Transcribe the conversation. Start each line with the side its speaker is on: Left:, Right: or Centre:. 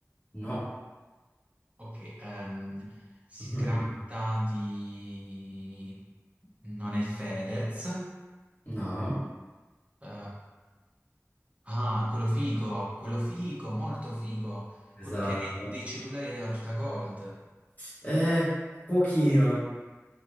Left: No.
Right: Ok, ehm, si
Left: <laughs>
Right: tratta di... Non è Fedez.
Left: No,
Right: Eh, Ah, quello figo, quello figo, molto figo.
Left: esatto.
Right: Quello che è dei, dei cellulari della tuta Gold.
Left: È Fuochino.